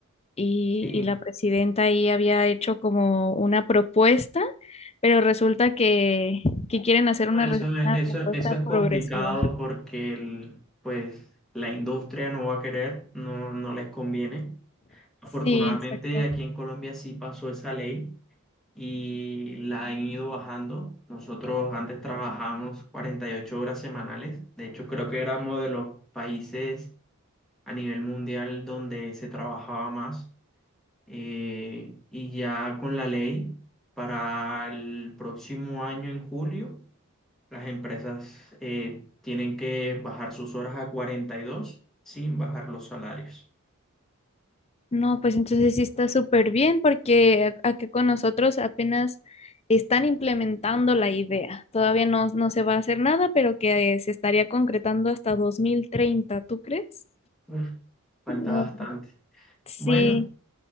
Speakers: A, on the left; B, in the centre.
A: y,
B: Sí,
A: y la presidenta ahí había hecho como una propuesta, pero resulta que, que quieren hacer
B: No,
A: una,
B: eso,
A: re-
B: es-
A: una propuesta
B: eso, eso es
A: progresiva.
B: complicado porque el- pues, la industria no va a querer, no, no les conviene. Afortunadamente
A: Sí, exacto.
B: aquí en Colombia sí pasó esa ley y la han ido bajando. Nosotros antes trabajamos 48 horas semanales. De hecho, creo que éramos de los países a nivel mundial donde se trabajaba más eh, y ya con la ley para el próximo año en julio las empresas eh, tienen que bajar sus horas a 42 sin bajar los salarios.
A: No, pues entonces sí está súper bien porque a- acá con nosotros apenas están implementando la idea. Todavía no, no se va a hacer nada, pero que eh, se estaría concretando hasta dos mil treinta ¿tú crees?
B: Uf, falta
A: No,
B: bastante.
A: sí,
B: Bueno,